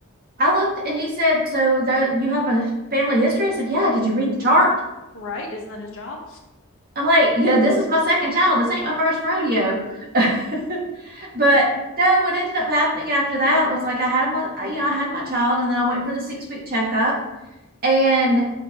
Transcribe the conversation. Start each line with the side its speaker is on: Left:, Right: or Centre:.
Right: I looked and he said, So that you have a family history? I said, Yeah, did you read the chart?
Left: Right? Isn't that his job?
Right: I'm like, Yeah, this is my second child. This ain't my first rodeo. <laughs> but no, what ended up happening after that was like I had my you know, I had my child and then I went for the six week checkup. And